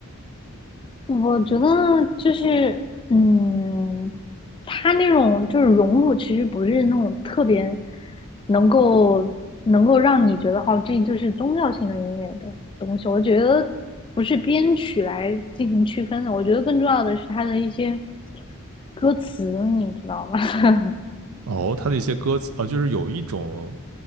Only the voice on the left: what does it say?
我觉得就是，嗯，他那种就是融入，其实不是那种特别能够能够让你觉得哦，这就是宗教性的音乐的东西。我觉得不是编曲来进行区分的，我觉得更重要的是它的一些歌词，你知道吗？<laughs>